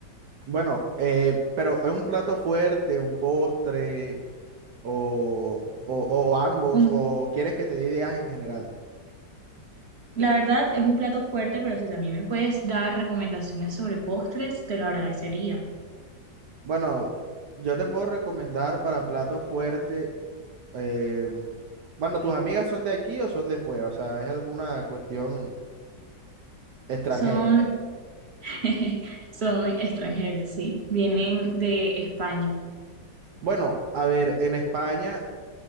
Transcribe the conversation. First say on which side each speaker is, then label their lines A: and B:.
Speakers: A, on the right; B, on the right.
A: Bueno, eh, pero ¿es un plato fuerte, un postre o, o, o ambos?
B: Un-
A: ¿O quieres que te dé ideas en general?
B: la verdad es un plato fuerte, pero si también me puedes dar recomendaciones sobre postres, te lo agradecería.
A: Bueno, yo te puedo recomendar para plato fuerte. eh, bueno, ¿tus amigas son de aquí o son de fuera? O sea, ¿es alguna cuestión extranjera?
B: Son <laughs> Son extranjeras, sí. Vienen de España.
A: Bueno, a ver, en España,